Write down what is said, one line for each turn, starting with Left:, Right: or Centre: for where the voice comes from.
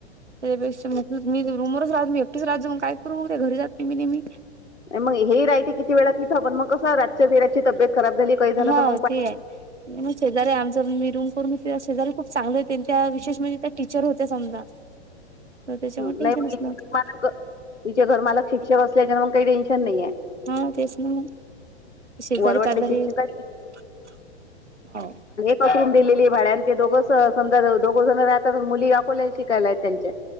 Right: त्यापेक्षा मी रुमवरच राहत मी एकटेच राहतो मग काय करू घरी जात नेहमी नेहमी
Left: नाही मग हे राहते किती वेळा तिथं पण मग कस रातच्या बीराची तब्येत खराब झाली काही झालं
Right: हा
Left: तर मग.
Right: ते आहे मग शेजारी आमचा मी रूम करून शेजारी खूप चांगले होते त्या विशेष म्हणजे त्या टीचर होते समजा
Left: <inaudible>
Right: तर त्याच्यामुळे
Left: ह
Right: टेन्शनच
Left: नाही मग ति
Right: नव्हतं
Left: मालक तिचे घरमालक शिक्षक असल्याच्या मग काही टेन्शन नाहीे.
Right: हा तेस ना शेजारी
Left: वरवटले
Right: पाजारी
Left: शिक्षक
Right: हो
Left: आहेत ते पसरून दिलेली भाड्यानी आणि ते दोघंच समजा दोघ जण राहतात मुली अकोल्याला शिकायला आहेत त्यांच्या